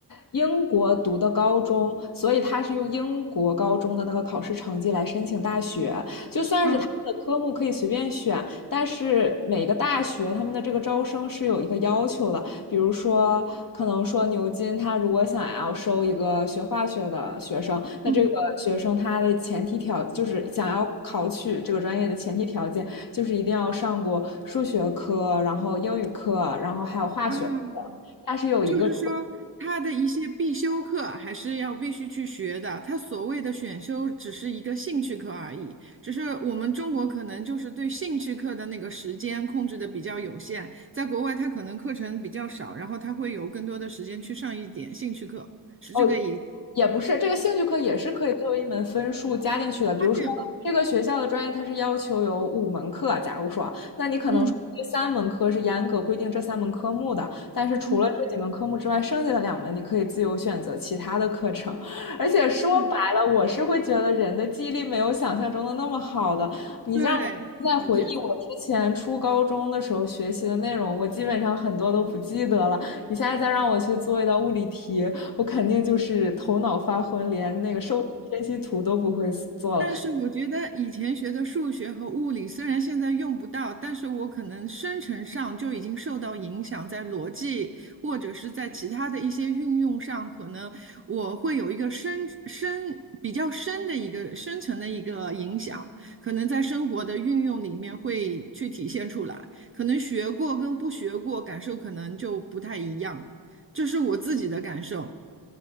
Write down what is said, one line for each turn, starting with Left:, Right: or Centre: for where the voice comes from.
Left: 英国读的高中，所以他是用英国高中的那个考试成绩来申请大学。就算是他的科目可以随便选，
Right: 嗯
Left: 但是每个大学他们的这个招生是有一个要求的，比如说，可能说牛津他如果想要收一个学化学的学生，那这个学生他的前提条就是想要考取这个专业的前提条件就是一定要上过数学科，
Right: 嗯
Left: 然后英语课，然后还有化学课，
Right: 啊，
Left: 它是有一个
Right: 就是说他的一些必修课还是要必须去学的，他所谓的选修只是一个兴趣课而已，只是我们中国可能就是对兴趣课的那个时间控制的比较有限，在国外他可能课程比较少，然后他会有更多的时间去上一点兴趣课，是这个意
Left: 哦也不是，这个兴趣课也是可以作为一门分数加进去的。比如说，
Right: 差距。
Left: 这个学校的专业它是要求有五门课，假如说，那你可能说这三门课是严格规定这三门科目的，
Right: 嗯。
Left: 但是除了这几门科目之外，
Right: 嗯
Left: 剩下的两门你可以自由选择其他的课程。而且说白了，
Right: 嗯，
Left: 我是会觉得人的记忆力没有想象中的那么好的。你让我现在回忆我之前初高中的时候学习的内容，
Right: 对，我觉得，
Left: 我基本上很多都不记得了。你现在再让我去做一道物理题，我肯定就是头脑发昏，连那个受力分析图都不会做了，
Right: 但是我觉得以前学的数学和物理，虽然现在用不到，但是我可能生成上就已经受到影响，在逻辑或者是在其他的一些运用上，可能我会有一个深深比较深的一个深层的一个影响，可能在生活的运用里面会去体现出来，可能学过跟不学过感受可能就不太一样，这是我自己的感受。